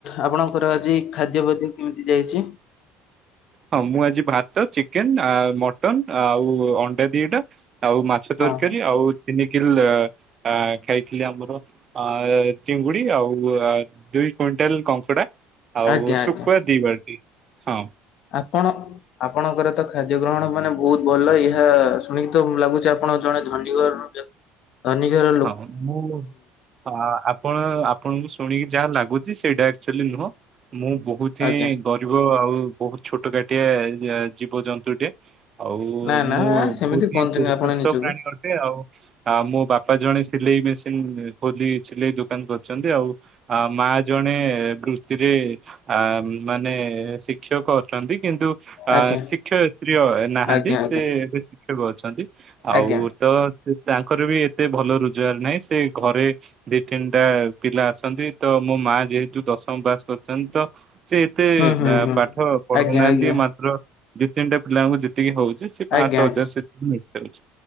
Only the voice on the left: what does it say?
ଆପଣଙ୍କର ଆଜି ଖାଦ୍ୟ ଭୋଜି କେମିତି ଯାଇଛି?
ହଁ ହଁ
ଆଜ୍ଞା ଆଜ୍ଞା
ଆପଣ ଆପଣଙ୍କର ତ ଖାଦ୍ୟ ଗ୍ରହଣ ମାନେ ବହୁତ ଭଲ ଏହା ଶୁଣିକି ତ ଲାଗୁଛି ଆପଣ ଜଣେ ଧନୀଘରର ବ୍ୟ ଧନୀ ଘରର
ଆଜ୍ଞା
ନା ନା
ସେମିତି
କୁହନ୍ତୁନି
ଆପଣ
ନିଜକୁ
ଆଜ୍ଞା
ଆଜ୍ଞା ଆଜ୍ଞା
ଆଜ୍ଞା
ହୁଁ ହୁଁ
ହୁଁ
ଆଜ୍ଞା ଆଜ୍ଞା
ଆଜ୍ଞା
ଆଜ୍ଞା